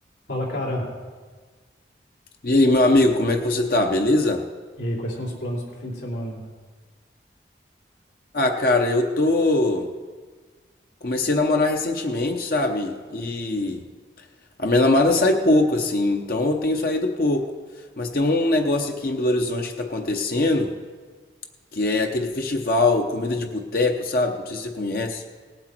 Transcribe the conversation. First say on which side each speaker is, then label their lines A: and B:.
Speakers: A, on the left (about 85°); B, on the left (about 55°).
A: Fala, cara.
B: E aí, meu amigo, como é que você tá? Beleza?
A: E aí, quais são os planos pro fim de semana?
B: Ah, cara, eu tô. Comecei a namorar recentemente, sabe? E a minha namorada sai pouco, assim, então eu tenho saído pouco. Mas tem um negócio aqui em Belo Horizonte que tá acontecendo, que é aquele festival Comida de Boteco, sabe? Não sei se você conhece.